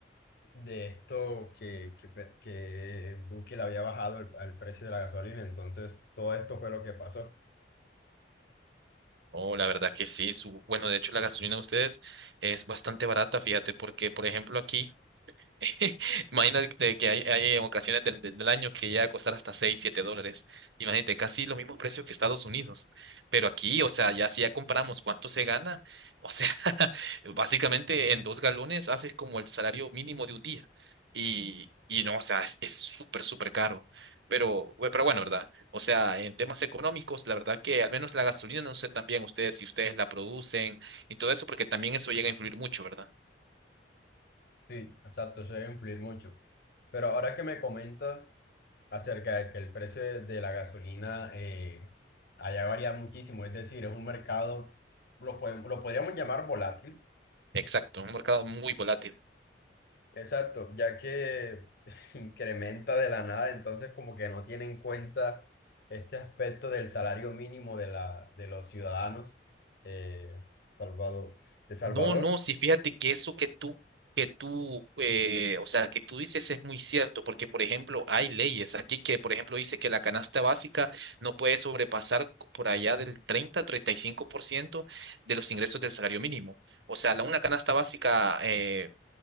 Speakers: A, on the left; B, on the right.
A: de esto que, que, Pet- que Duque le había bajado el- al precio de la gasolina, entonces todo esto fue lo que pasó.
B: Oh, la verdad que sí. Su, bueno, de hecho, la gasolina de ustedes es bastante barata, fíjate, porque, por ejemplo, aquí. <laughs> Imagínate que hay, hay ocasiones del, del- del año que llega a costar hasta 6 7 dólares. Imagínate, casi los mismos precios que Estados Unidos. Pero aquí, o sea, ya si ya comparamos cuánto se gana, o sea, <laughs> básicamente en dos galones haces como el salario mínimo de un día. Y, y no, o sea, es es súper, súper caro. Pero, bu- pero bueno, ¿verdad? O sea, en temas económicos, la verdad que al menos la gasolina, no sé también ustedes si ustedes la producen y todo eso, porque también eso llega a influir mucho, ¿verdad?
A: Sí, exacto, eso debe influir mucho. Pero ahora que me comentas acerca de que el precio de, de la gasolina eh, allá varía muchísimo, es decir, es un mercado, lo, podemos- lo podríamos llamar volátil,
B: Exacto, un mercado muy volátil.
A: exacto, ya que <laughs> incrementa de la nada, entonces como que no tiene en cuenta este aspecto del salario mínimo de, la, de los ciudadanos eh, Salvador, de Salvador,
B: No, no, sí, fíjate que eso que tú, que tú, eh, o sea, que tú dices es muy cierto, porque, por ejemplo, hay leyes aquí que, por ejemplo, dice que la canasta básica no puede sobrepasar co- por allá del 30-35% de los ingresos del salario mínimo. O sea, la, una canasta básica, eh,